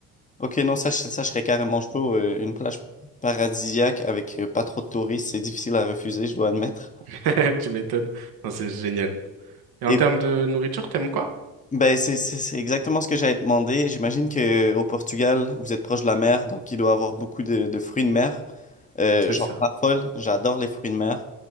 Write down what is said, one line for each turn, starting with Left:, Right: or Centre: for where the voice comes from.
Left: Ok, non, ça, je- ça, je serais carrément chaud. euh, une plage paradisiaque avec euh, pas trop de touristes, c'est difficile à refuser, je dois admettre.
Right: <laughs> Tu m'étonnes. Non, c'est génial. Et
Left: Et
Right: en termes de nourriture, t'aimes quoi?
Left: ben, c'est c'est- c'est exactement ce que j'avais demandé. J'imagine que au Portugal, vous êtes proche de la mer, donc il doit y avoir beaucoup de, de fruits de mer. Euh,
Right: C'est
Left: j'en
Right: ça.
Left: raffole, j'adore les fruits de mer.